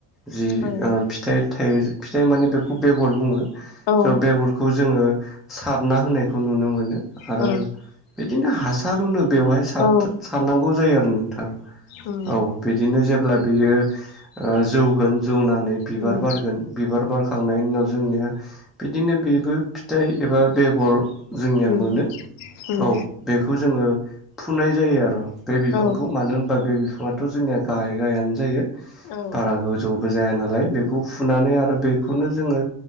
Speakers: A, in the centre; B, on the left.
A: जि
B: औ
A: फिथाइ फिथाइ माने बेखौ बेगर बुङो।
B: औ
A: बेगरखौ जोङो सारना होनायखौ नुनो मोनो। आरो
B: औ
A: बिदिनो हासार होनो बेवहाय सारनांगौ
B: औ
A: जायो। नोंथां।
B: उम
A: औ बिदिनो जेब्ला बेयो जौगोन जौनानै बिबार
B: उम
A: बारगोन बिबार बार खांनायनि उनाव जोंनिया बिदिनो बेबो फिथाइ एबा बेगर जोंनिया
B: उम
A: मोनो
B: उम
A: औ बेखौ जोङो फुनाय जायो आरो बे बिफांखौ
B: औ
A: मानो होनबा बे थ' जोंनिया गाहाय गाहायानो जायो।
B: औ।
A: बारा गोजौबो जाया नालाय बेखौ फुनानै आरो बेखौनो जोङो